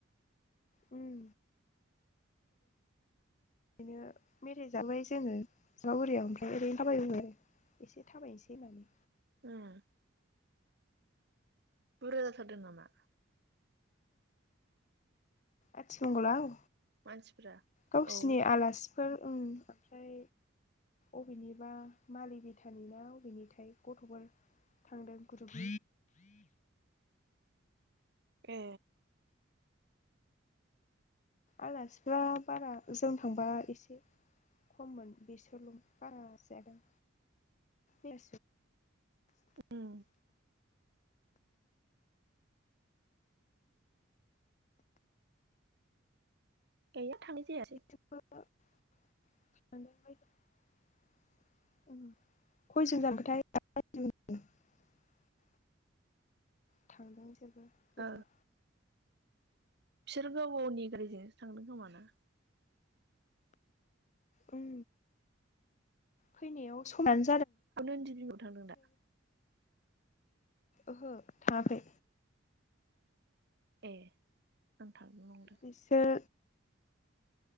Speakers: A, on the left (about 40°); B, on the right (about 60°).
A: उम। बिदिनो मेराइ जाबोबाय जोङो जमागुरियाव ओमफ्राय ओरैनो थाबायबो आरो एसे थाबायनोसै होननानै।
B: उम। बुरजा जाथारदों नामा?
A: आथि मंगलाव।
B: मानसिफ्रा
A: गावसिनि
B: औ
A: आलासिफोर ओमफ्राय। अबेनिबा मालि बिथानि ना अबेनिथाय गथफोर थांदों गथ
B: ए।
A: आलासिफ्रा बारा जों थांबा एसे खममोन बेसोरल बारा जादों बे
B: उम। <unintelligible> थांनायजायासै।
A: मादों <unintelligible> थांदों जों बुर्जा।
B: ओ बिसोर गाव गावनि गारिजोंसो थांनो खोमाना?
A: उम फैनायाव समान
B: आं नदिबिंआव थांदों दा?
A: ओहो थाङाखै।
B: ए उम। थांदों नंदों।
A: बिसोर